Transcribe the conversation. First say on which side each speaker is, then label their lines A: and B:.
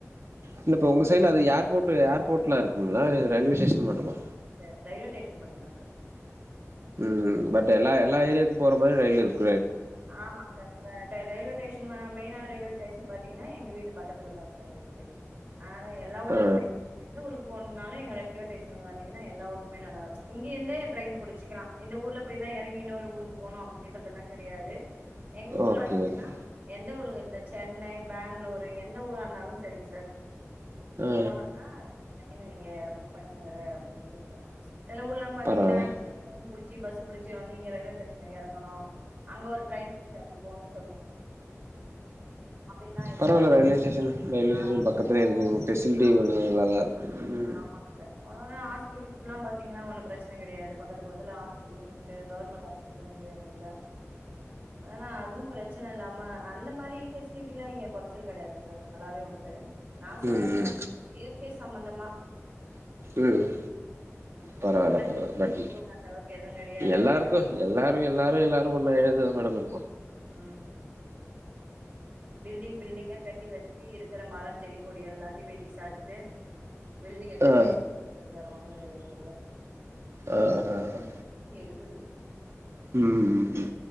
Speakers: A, on the right (about 60°); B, on the right (about 30°).
A: இல்ல இப்ப உங்க சைடுல அது ஏர்போர்ட் ஏர்போர்ட் எலாம் இருக்குங்களா இ ரயில்வேஸ்டேஷன் மட்டுமா
B: ச ரயில்வே ஸ்டேஷன் மட்டுும் தான் சார்
A: ம் பட் எல்லா எல்லா ஏரியாக்கும் போற மாரி ரயில் இருக்கும்
B: ஆமாங்க சார் ரயில்வே ஸ்டேஷன் மெயின்னா ரயில்வே ஸ்டேஷன் பாத்தீங்கன்னா எங்க வீட்டு பக்கத்துல தான் சார் இருக்கு ஆ எல்லா ஊருக்குமே
A: ஆ
B: எந்த ஊருக்கு போ ால ரயில்வே ங்க எல்லாஊருக்குமேல்ல இங்கிருேெச்சலாம் ஊர்ல போயான் இறங்க ஊக்கு போனும் அப்படி அதல்லா கிடையாது எங்க ஊர்ல
A: ஓகே
B: பாத்தீங்கன்னா
A: ஓகே
B: எந்த ஊருக்கு இந்த சென்னை பெங்ளூரு எந்த ஊரா இருந்தாலும் சரிங்க சார்
A: ஆ
B: போணும்னா ட்ரெயின்னு நீங்க புக் பண்ணி அழ அப்படிே இருக்கலா சில ஊர்லா பாத்தீங்கன்னா
A: பரவால்ல
B: <inaudible> புடிச்சி பஸ் ப புடிச்ச வந்து நீங்க ரயில்வே ஸ்டேஷன்ல எறங்கனு ட்ரெயின் புடிச்சி அப்படி போணும் சொல்லுவாங்க அப்படிலாம் இல்ல
A: பரவால்ல ரயில்வே
B: ஆமா
A: ஸ்டேஷன் ரயில்வே ஸ்டேஷன்
B: ச
A: பக்கத்துலே இருக்கீங்க ஃபெசிலிட்டி நல்லாதா இருக்கு ம்
B: ஆமாங்க சார் ஆ ஹாஸ்பிடல்ல்லாம் பாத்தீகின்னா ஒன்னு பிரச்சனை கடையாது பக்கத் பக்கதல ஹாஸ்பிடல் உண்டு கவர்மெண்ட் ஹாஸ்பிட்டலும் உண்டு எங்களுதுல அதனனா அதுவும் பிரச்சனை இல்லாம அந்த மாதிரி பெஃபசிலிட்டி எல்லாம் இங்க குறைச்சல் கிடையாதுங்க சார் நல்லாவே உண்டு நான் சொன்னது
A: ம்
B: வந்து பே சம்மந்தமா
A: ம் பரவாயில்ல
B: இந்த மாரி
A: பரவாயில்ல
B: பிரச்சன
A: பட்
B: எங்க ஊர்ல அந்த அளவுக்கு எதுவு கெடையாது
A: எல்லாருக்கு
B: ஏன்னா
A: எல்லாரு எல்லாரு எல்லாரு ஒன்னு <unintelligible>
B: ம் பில்டிங் பில்டிங்கா கட்டி வெச் சு இருக்கிற மரோ செடி கொடி எல்லாத்தையு வெட்டி சாச்சுட்டு பில்டிங்க கட்டி
A: ஆ
B: வெச்சுட் வேரோ ஒன்னு எங்க ஊர்ல
A: அ அ
B: பில்டிங் கொத்தி எடுக்குது
A: ம்‌ ம்